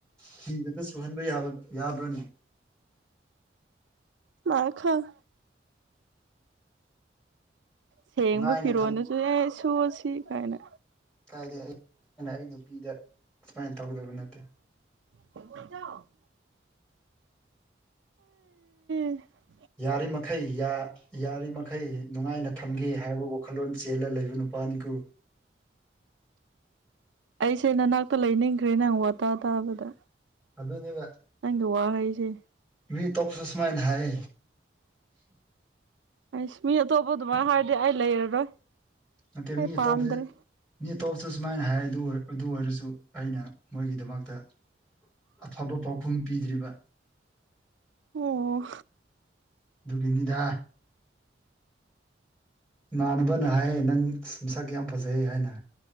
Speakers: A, in the centre; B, on the right.
A: ꯐꯤ ꯈꯇ ꯁꯨꯍꯟꯕ ꯌꯥꯕ ꯌꯥꯕ꯭ꯔꯅꯦ
B: ꯃꯥ ꯈꯪ ꯁꯦꯡꯕ
A: ꯅꯨꯡꯉꯥꯏꯅ
B: ꯐꯤꯔꯣꯟꯗꯁꯨꯅꯦ
A: ꯊꯝ
B: ꯁꯨꯑꯣ ꯁꯤ ꯀꯥꯏꯅ
A: ꯀꯥꯏꯗꯩ ꯑꯩ ꯑꯩꯅ ꯑꯩ ꯅꯨꯄꯤꯗ ꯁꯨꯃꯥꯏꯅ ꯇꯧꯗꯧꯕ ꯅꯠꯇꯦ
B: ꯕꯣꯐꯆꯥꯎ <inaudible> <inaudible>
A: ꯌꯥꯔꯤꯃꯈꯩ ꯌꯥ ꯌꯥꯔꯤ ꯃꯈꯩ ꯅꯨꯡꯉꯥꯏꯅ ꯊꯝꯒꯦ ꯍꯥꯏꯕ ꯋꯥꯈꯜꯂꯣꯟ ꯆꯦꯜꯂ ꯂꯩꯕ ꯅꯨꯄꯥꯅꯤꯀꯣ
B: ꯑꯩꯁꯦ ꯅꯅꯥꯛꯇ ꯂꯩꯅꯤꯡꯈ꯭ꯔꯦ ꯅꯪ ꯋꯥꯇꯥ ꯇꯥꯕꯗ
A: ꯑꯗꯨꯅꯤꯕ
B: ꯅꯪꯒꯤ ꯋꯥꯍꯩꯁꯦ
A: ꯃꯤ ꯑꯇꯣꯞꯄꯁꯨ ꯁꯨꯃꯥꯏꯅ ꯍꯥꯏ
B: ꯑꯩꯁ ꯃꯤ ꯑꯇꯣꯞꯄ ꯑꯗꯨꯃꯥꯏ ꯍꯥꯏꯔꯗꯤ ꯑꯩ ꯂꯩꯔꯔꯣꯏ
A: ꯅꯠꯇꯦ
B: ꯑꯩ
A: ꯃꯤ ꯑꯇꯣꯞꯄ
B: ꯄꯥꯝꯗ꯭ꯔꯦ
A: ꯃꯤ ꯇꯣꯞꯁꯨ ꯁꯨꯃꯥꯏꯅ ꯍꯥꯏꯔ ꯗꯨ ꯑꯗꯨ ꯑꯣꯏꯔꯁꯨ ꯑꯩꯅ ꯃꯣꯏꯒꯤꯗꯃꯛꯇ ꯑꯐꯕ ꯄꯥꯎꯈꯨꯝ ꯄꯤꯗ꯭ꯔꯤꯕ
B: ꯑꯣ
A: ꯑꯗꯨꯒꯤꯅꯤꯗꯥ ꯏꯃꯥꯟꯅꯕꯅ ꯍꯥꯏꯌꯦ ꯅꯪ ꯑꯁ ꯅꯁꯛ ꯌꯥꯝ ꯐꯖꯩ ꯍꯥꯏꯅ